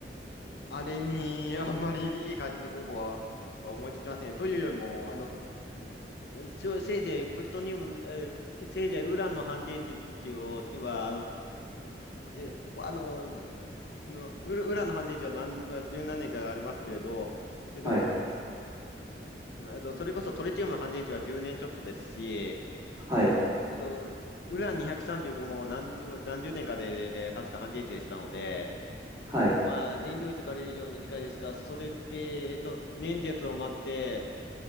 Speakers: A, on the left; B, on the right.
A: あれに <laughs> あんまりいい解決方法は思いつきませんね。というよりも、あの、しょせいぜいプルトニウム、えせせいぜいウランの半電池を、ては、あの、え、ほあの、えのウラウランの半電池は何、は十何年かありますけれど、えっと、
B: はい、
A: えっと、それこそトリチウムの半電池は10年ちょっとですし、
B: はい、
A: えっと、ウラン235も何十、何十年かで、で、で確か半電池でしたので、
B: はい、
A: まあ、燃料位とから以上短いですが、それで、えっと、年月を待って、